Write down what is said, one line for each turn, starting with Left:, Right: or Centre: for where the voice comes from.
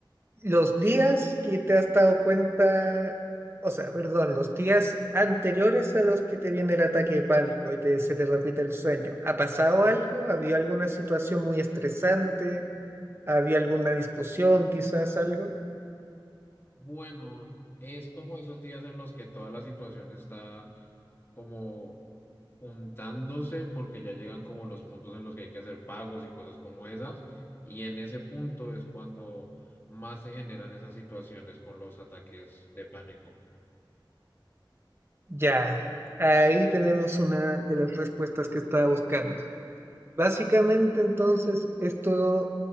Right: Los días que te has dado cuenta, o sea, perdón, los días anteriores a los que te viene el ataque de pánico y te, se te repite el sueño, ¿ha pasado algo? ¿Había alguna situación muy estresante? ¿Había alguna discusión, quizás algo?
Left: Bueno, es como esos días en los que toda la situación está como juntándose porque ya llegan como los puntos en los que hay que hacer pagos y cosas como esas. Y en ese punto es cuando más se generan esas situaciones con los ataques de pánico.
Right: Ya, ahí tenemos una de las respuestas que estaba buscando. Básicamente, entonces, esto